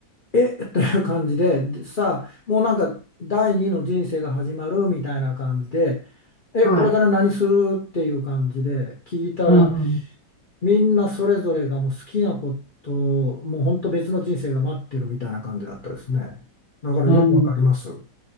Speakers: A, on the left (about 80°); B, in the centre.
A: え <laughs> という感じで、でさあ、もうなんか第二の人生が始まるみたいな感じで、え、
B: はい。
A: これから何するっていう感じで聞いたら、
B: うん、
A: みんなそれぞれがもう好きなこと、もう本当別の人生が待ってるみたいな感じだったですね。だからよくわかります。
B: うん、